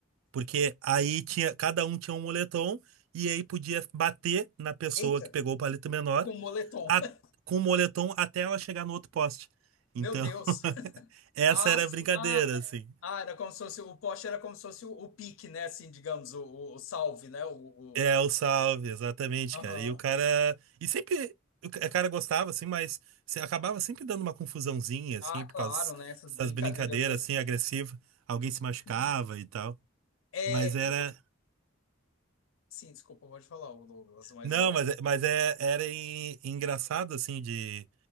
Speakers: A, on the right; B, on the left.
A: Porque aí tinha, cada um tinha um moletom, e aí podia bater na pessoa
B: Eita,
A: que pegou o palito menor
B: com moletom.
A: a-
B: <laughs>
A: com o moletom até ela chegar no outro poste. Então,
B: Meu Deus.
A: <laughs> essa
B: Ah,
A: era
B: sim.
A: a brincadeira,
B: Ah, é.
A: assim.
B: Ah, era como se fosse, o poste era como se fosse o, o pique, né? Assim, digamos, o, o, o salve, né? O,
A: É,
B: o...
A: o Salve, exatamente,
B: Aham.
A: cara. E o cara. E sempre. O ca- o cara gostava, assim, mas se- acabava sempre dando uma confusãozinha, assim,
B: Ah,
A: por
B: claro,
A: causa
B: né? Essas
A: dessas
B: brincadeiras
A: brincadeiras,
B: assim.
A: assim, agressivas. Alguém se machucava
B: Sim.
A: e tal.
B: É,
A: Mas era.
B: e, Sim, desculpa, pode falar, ô Douglas, mas
A: Não,
B: era.
A: mas, é- mas é, era en- engraçado, assim, de.